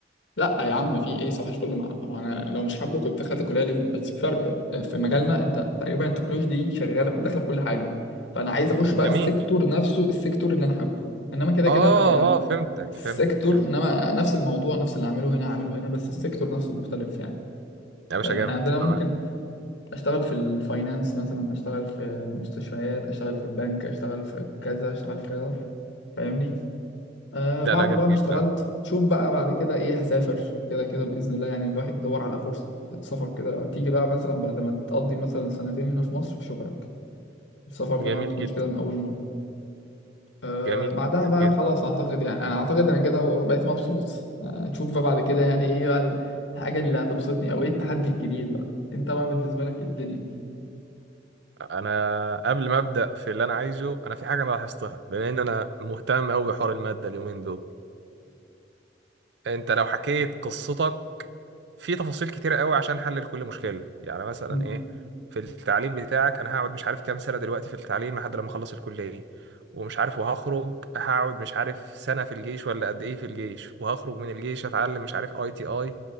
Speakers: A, on the left (about 85°); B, on the right (about 65°).
A: لا يا عم في ايه صباح الفل مع هو انا لو مش حابه كنت دخلت كليه ليه بس في فرق في مجالنا انت تقريبا التكنولوجي دي شغاله داخله في كل حاجه فانا عايز اخش بقى
B: جميل
A: السيكتور نفسه السيكتور اللي انا حابه انما كده
B: اه
A: كده بقى انا
B: اه فهمتك
A: السيكتور
B: فهمتك فهمت
A: انما نفس الموضوع نفس اللي اعمله هنا اعمله هنا بس السيكتور نفسه مختلف يعني
B: يا باشا
A: فاحنا
B: جامد
A: عندنا ممكن
B: أنا معاك.
A: اشتغل في الفاينانس مثلا اشتغل في مستشفيات اشتغل في البنك اشتغل في كذا اشتغل في كذا فاهمني آه
B: لا
A: بعد
B: لا جامد
A: بقى ما
B: جدا
A: اشتغلت شوف بقى بعد كده ايه هسافر كده كده بإذن الله يعني الواحد يدور على فرصة سفر كده تيجي بقى مثلا بعد ما تقضي مثلا سنتين هنا في مصر في شغلك السفر
B: جميل
A: ده ما بتكونش
B: جدا
A: كده من أول مرة آه
B: جميل
A: بعدها
B: جدا
A: بقى
B: جدا
A: خلاص أعتقد يعني أنا أعتقد أنا كده بقيت مبسوط آه تشوف بقى بعد كده يعني ايه بقى الحاجة اللي هتبسطني أو ايه التحدي الجديد بقى انت بقى بالنسبة لك ايه الدنيا
B: انا قبل ما ابدا في اللي انا عايزه انا في حاجه انا لاحظتها بما ان انا مهتم قوي بحوار الماده اليومين دول انت لو حكيت قصتك في تفاصيل كتيره قوي عشان احلل كل مشكله يعني مثلا
A: مم.
B: ايه في التعليم بتاعك انا هقعد مش عارف كام سنه دلوقتي في التعليم لحد لما اخلص الكليه ومش عارف وهخرج هقعد مش عارف سنه في الجيش ولا قد ايه في الجيش وهخرج من الجيش اتعلم مش عارف اي تي اي